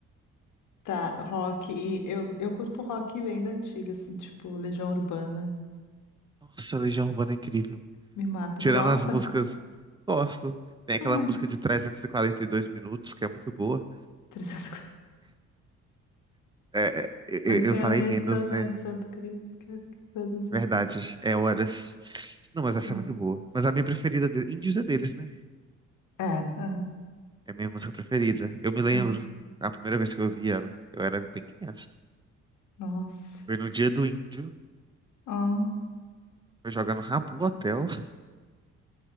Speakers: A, on the left; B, on the right.
A: tá, rock. E eu, eu curto rock bem da antiga, assim, tipo Legião Urbana.
B: Nossa, a Legião Urbana é incrível.
A: Me mata.
B: Tirando
A: Tu gosta?
B: as músicas, gosto. Tem aquela
A: Ai,
B: música de 342 minutos, que é muito boa.
A: 350.
B: É, é,
A: <laughs>
B: eu,
A: Não tinha
B: eu falei
A: medo,
B: menos,
A: tá, João
B: né?
A: de Santo Cristo, quero que todos te
B: Verdade,
A: vivam.
B: é horas. Não, mas essa
A: Ah,
B: é muito boa. Mas a minha preferida, de... Índios é deles, né?
A: É, aham,
B: É a minha música preferida. Eu me lembro,
A: aham.
B: a primeira vez que eu ouvi ela, eu era bem criança.
A: Nossa.
B: Foi no dia do Índio,
A: Ah,
B: foi jogar no Rabu Hotel,